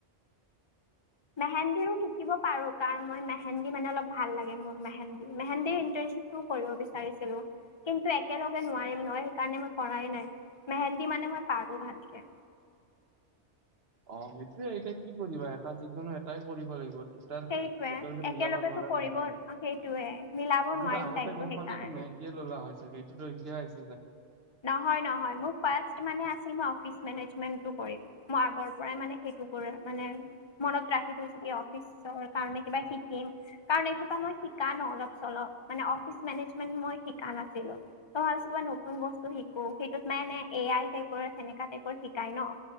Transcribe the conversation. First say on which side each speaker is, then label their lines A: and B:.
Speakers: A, on the left; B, on the right.
A: মেহেন্দিৰো শিকিব পাৰো কাৰণ মই মেহেন্দী মানে অলপ ভাল লাগে মোৰ মেহেন্দী মেহেন্দিৰ ইন্ট- শ্বিপটো কৰিব বিচাৰিছিলো। কিন্তু একেলগে নোৱাৰিম নহয় সেইকাৰণে মই কৰাই নাই, মেহেন্দী মানে মই পাৰো ভালকে।
B: অ সেইটোয়ে এতিয়া কি কৰিবা এটা যিকোনো এটাই কৰিব লাগিব। দুটাৰ
A: সেইটোৱে
B: একেলগে
A: একেলগেতো
B: মিলাব নোৱাৰা
A: কৰিব
B: নহয়
A: সেইটোৱে মিলাব
B: তাৰপিছত
A: নোৱাৰিম
B: আগতে
A: টাইমটো
B: গম
A: সেইকাৰণে
B: পালে এইটো মেইন দিয়ে ল'লা হয় চাগে এইটোতো এতিয়া আহিছ-
A: নহয় নহয় মোৰ ফাষ্ট মানে আছিল মই অফিচ মেনেজ। মেনটো কৰিম মই আগৰ পৰাই মানে সেইটো কৰাৰ মানে মনত ৰাখি থৈছোঁ কি অফিচৰ কাৰণে কিবা শিকিম কাৰণ এসোপা মই শিকা নো অলপ চলপ মানে অফিচ মেনেজমেন্ট মই শিকা। নাচিছিলোঁ হ'লছ বোৱাই নোব নতুন বস্তু শিকো সেইটোত মানে এ আই টাইপৰ সেনেকা টাইপৰ শিকাই ন।